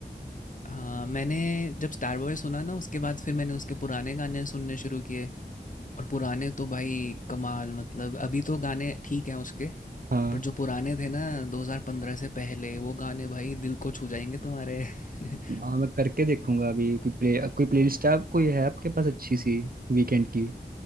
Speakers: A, on the left (about 50°); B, on the right (about 55°).
A: हाँ मैंने जब स्टार बॉय सुना ना उसके बाद फिर मैंने उसके पुराने गाने सुनने शुरू किए और पुराने तो भाई कमाल मतलब अभी तो गाने ठीक हैं उसके
B: हाँ
A: पर जो पुराने थे ना 2015 से पहले वो गाने भाई दिल को छू जाएंगे तुम्हारे <laughs>
B: हाँ मैं करके देखूंगा अभी कोई प्ले कोई प्लेलिस्ट आप कोई है आपके पास अच्छी सी वीकेंड की